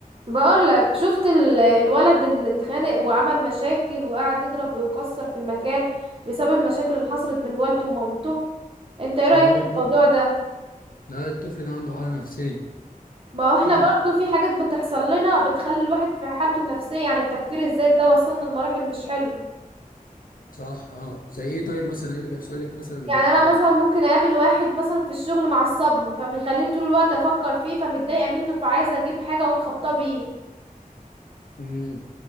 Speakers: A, on the right (about 40°); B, on the left (about 70°).
A: بقول لك شفت ال- الولد اللي اتخانق وعمل مشاكل وقعد يضرب ويكسر في المكان بسبب المشاكل اللي حصلت بين والده ومامته انت ايه رأيك
B: اه
A: في الموضوع ده
B: لا الطفل ده عنده حالة نفسية
A: ما هو
B: أكيد
A: احنا برضو في حاجات بتحصل لنا بتخلي الواحد في حالته النفسية يعني التفكير الزايد ده وصلنا لمراحل مش حلو
B: صح اه زي إيه طيب مثلا إيه اللي بيحصل لك مثلا
A: يعني
B: بت... بت...
A: انا مثلا
B: بت...
A: ممكن اقابل واحد مثلا في الشغل معصبني فبيخليني طول الوقت افكر فيه فمتضايقة منه فعايزة اجيب حاجة اقوم خبطاه بيه
B: مم.